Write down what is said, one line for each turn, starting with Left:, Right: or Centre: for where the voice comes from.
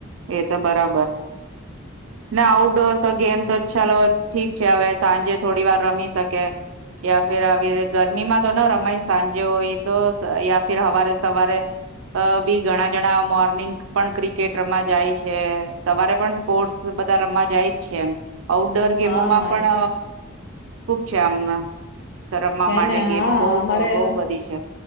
Right: એ તો બરાબર ના આઉટડોર તો ગેમ તો ચાલો ઠીક છે હવે સાંજે થોડી વાર રમી શકે યા ફિર આવી ગરમીમાં તો ના રમાય સાંજે હોય તો યા ફિર સવારે સવારે બી ઘણા જણા મો મોર્નિંગ પણ ક્રિકેટ રમમા જાય છે સવારે પણ સ્પોર્ટ્સ બધા રમવા જાય જ છે એ આઉટડોર ગેમોમાં
Left: હા
Right: પણ ખૂબ જામમાં કરવા
Left: છે
Right: માટે
Left: ને
Right: ગેમો
Left: હા
Right: બહુ
Left: અમારે
Right: બહુ બધી છે